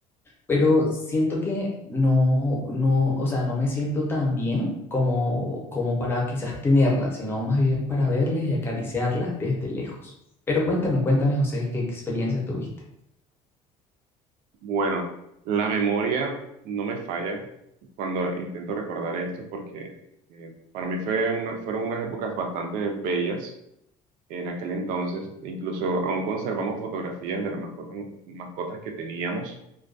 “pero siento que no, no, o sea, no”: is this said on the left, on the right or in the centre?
Left